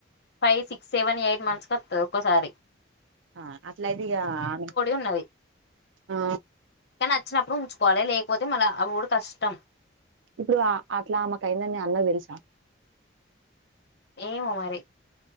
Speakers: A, on the left; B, on the right.
A: five six seven eight months కస్తది ఒక్కసారి
B: ఆ అట్లయితే ఇగ ఆమె
A: ఉన్నది
B: ఆ
A: కానీ అచ్చినప్పుడు ఉంచుకోవాలి లేకపోతే మళ్ళ అవ్వుడు కష్టం
B: ఇప్పుడు అట్లామకైందని అన్నకి తెలుసా
A: ఏమో మరి